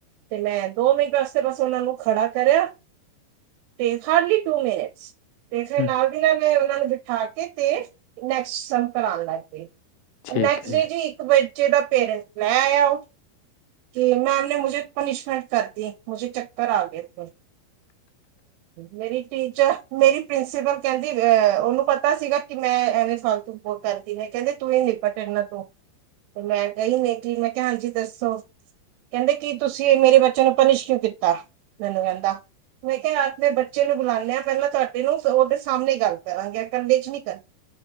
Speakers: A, on the right (about 85°); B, on the left (about 85°).
A: ਤੇ ਮੈਂ ਦੋ ਮਿੰਟ ਵਾਸਤੇ ਬਸ ਉਹਨਾਂ ਨੂੰ ਖੜਾ ਕਰਿਆ ਤੇ ਹਾਰਡਲੀ ਟੂ ਮਿਨਿਟਸ ਤੇ ਫਿਰ
B: ਹੂੰ
A: ਨਾਲ ਦੀ ਨਾਲ ਉਹਨਾਂ ਨੂੰ ਬਿਠਾ ਕੇ ਤੇ ਨੈਕਸਟ ਸਮ ਕਰਾਣ ਲਾ ਗਈ
B: ਠੀਕ
A: ਨੈਕਸਟ
B: ਹੈ
A: ਡੇ ਜੀ ਇੱਕ ਬ ਚੇ ਦਾ ਪੇਰੈਂਟਸ ਲੈ ਆਇਆ ਉਹ ਕਿ ਮੈਮ ਨੇ ਮੈਨੂੰ ਪਨੀਸ਼ਮੈਂਟ ਕਰਤੀ ਮੁਜੇ ਚੱਕਰ ਆ ਗਏ ਥੇ ਮੇਰੀ ਟੀਚਰ ਮੇਰੀ ਪ੍ਰਿੰਸੀਪਲ ਕਹਿੰਦੀ ਅ ਉਹਨੂੰ ਪਤਾ ਸੀਗਾ ਕਿ ਮੈਂ ਐਵੇਂ ਫਾਲਤੂ ਬੋ ਕਰਦੀ ਨੇ ਕਹਿੰਦੇ ਤੂੰ ਹੀ ਨਿਪਟ ਇਹਨਾਂ ਤੋਂ ਤੇ ਮੈਂ ਕਹੀ ਨੇ ਕਿ ਮੈਂ ਕਿਹਾ ਹਾਂਜੀ ਦੱਸੋ ਕਹਿੰਦੇ ਕਿ ਤੁਸੀਂ ਮੇਰੇ ਬੱਚਿਆਂ ਨੂੰ ਪਨਿਸ਼ ਕਿਉਂ ਕੀਤਾ ਮੈਨੂੰ ਕਹਿੰਦਾ ਮੈਂ ਕਿਹਾ ਆਪਣੇ ਬੱਚੇ ਨੂੰ ਬੁਲਾਉ ਲਿਆ ਪਹਿਲਾਂ ਤੁਹਾਡੇ ਨੂੰ ਉਹਦੇ ਸਾਹਮਣੇ ਗੱਲ ਕਰਾਂਗੇ ਕੱਲੇ ਚ ਨੀ ਕਰਨੀ